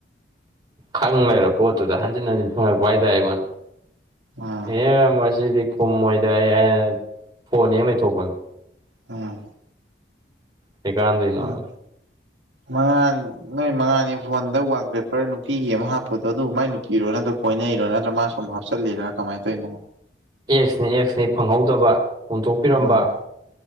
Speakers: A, on the right; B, on the right.
A: ꯈꯪ ꯂꯩꯔꯕ ꯄꯣꯠꯇꯨꯗ ꯍꯟꯖꯤꯟ ꯍꯟꯖꯤꯟ ꯍꯪꯉꯛꯄ ꯍꯥꯏꯇꯥꯔꯦ ꯑꯩꯉꯣꯟꯗ
B: ꯎꯝ
A: ꯑꯦꯕ ꯃꯁꯤꯗꯤ ꯀꯨꯝꯃꯣꯏꯗ ꯑꯩ ꯐꯣꯟ ꯍꯦ ꯂꯩꯊꯣꯛꯄꯅꯤ
B: ꯎꯝ
A: ꯀꯩ ꯀꯥꯟꯗꯣꯏꯅꯣ
B: ꯎꯝ ꯃꯉꯥꯟ ꯅꯣꯏ ꯃꯉꯥꯜꯒꯤ ꯐꯣꯟꯗ ꯋꯥꯜ ꯄꯦꯄꯔ ꯅꯨꯄꯤꯒꯤ ꯑꯃ ꯍꯥꯞꯄꯗꯣ ꯑꯗꯨꯕꯨ ꯃꯥꯏ ꯅꯨꯄꯤꯔꯣ ꯅꯠꯇ ꯀꯣꯏꯅꯩꯔꯣ ꯅꯠꯇ꯭ꯔ ꯃꯥ ꯁꯨꯝ ꯍꯥꯞꯆꯤꯜꯂꯤꯔꯥ ꯀꯃꯥꯏꯅ ꯇꯧꯏꯅꯣ
A: ꯑꯦꯛꯁꯅꯤ ꯑꯦꯛꯁꯅꯤ ꯐꯪꯍꯧꯗꯕ ꯍꯨꯟꯊꯣꯛꯄꯤꯔꯝꯕ
B: ꯑꯣ